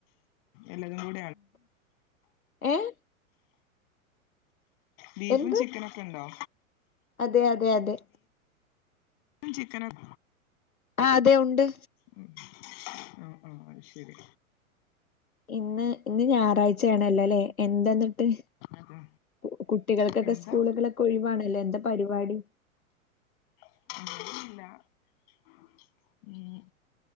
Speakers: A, on the left; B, on the left.
A: എല്ലതും കൂടി
B: ഏഹ്
A: ബീഫും,
B: എന്ത്
A: ചിക്കനൊക്കെണ്ടോ?
B: അതെ അതെ അതെ
A: ഫും ചിക്കനും
B: ആഹ് അതെ ഉണ്ട്
A: ഉം ഉം ഉം അഹ്ശരി
B: ഇന്ന് ഇന്ന് ഞായറാഴ്ച്ചയാണല്ലോലെ എന്താ ഇന്നട്ട്
A: അതെ
B: കു കുട്ടികൾക്കൊക്കെ
A: എന്താ
B: സ്കൂളുകളൊക്കെ ഒഴിവാണല്ലോ എന്താ പരിപാടി?
A: <unintelligible> ഉം